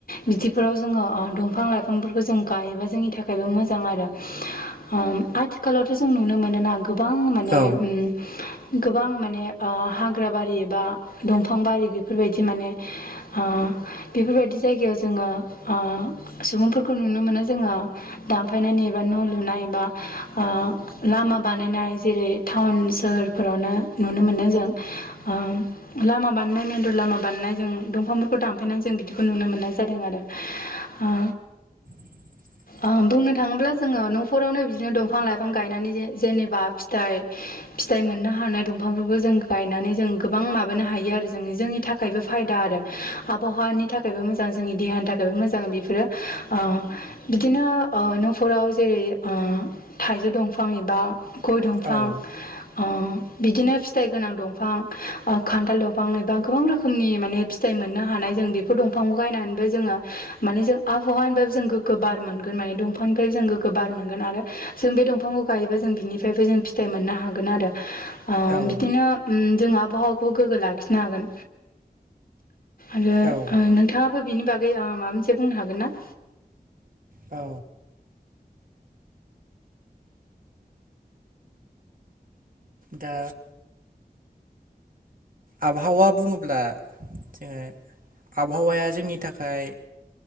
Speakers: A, on the left (about 60°); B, on the right (about 60°).
A: बिदिफोराव जोङो ओ दंफां लाइफांफोरखौ जों गायोबा जोंनि थाखायबो मोजां आरो। ओ आथिखालावथ' जों नुनो मोनोना गोबां माने
B: औ
A: ओम गोबां माने हा हाग्रा बारि एबा दंफां बारि बेफोरबायदि माने ओ बेफोरबायदि जायगायाव जोङो ओ सुबुंफोरखौ नुनो मोनो जोङो दानफायनानै एबा न' लुनाय बा ओ लामा बानायनाय जेरै टाउन सोहोरफोरावनो नुनो मोनदों जों। लामा बानायनाय मेन्दर लामा बानायनाय जों दंफांफोरखौ दानफायनानै जों बिदिखौ नुनो मोननाय जायो। जादों आरो ओ
B: <inaudible>
A: ओ बुंनो थाङोब्ला जोङो न'फोरावनो बिदिनो दंफां लाइफां गायनानै जेनेबा फिथाइ फिथाइ मोननो हानाय दंफांफोरखौ जों गायनानै जों गोबां माबानो हायो आरो जोंनि जोंनि थाखायबो फायदा आरो आबहावानि थाखाय थाखायबो मोजां जोंनि देहानि थाखायबो मोजां बेफोरो ओ बिदिनो ओ न'फोराव जेरै ओ थाइजौ दंफां एबा गय दंफां
B: औ
A: ओ बिदिनो फिथाइ गोनां दंफां ओ खान्थाल दंफां एबा गोबां रोखोमनि माने फिथाइ मोननो हानाय जों बि फोर दंफांखौ गायनानैबो जोङो माने जों आबहावानि फ्राय जों गोग्गो बार मोनगोन माने दंफां दंफांनिफ्राय जों गोग्गो बार मोनगोन आरो जों बे दंफांखौ गायोबा जों बिनिफ्रायबो जों फिथाइ मोननो हागोन आरो ओ
B: औ
A: बिदिनो ओम जों आबहावाखौ गोग्गो लाखिनो हागोन। आरो
B: औ
A: नोंथाङाबो बिनि बागै ओ माबा मोनसे बुंनो हागोन ना?
B: औ। दा आबहावा बुङोब्ला ए आबहावाया जोंनि थाखाय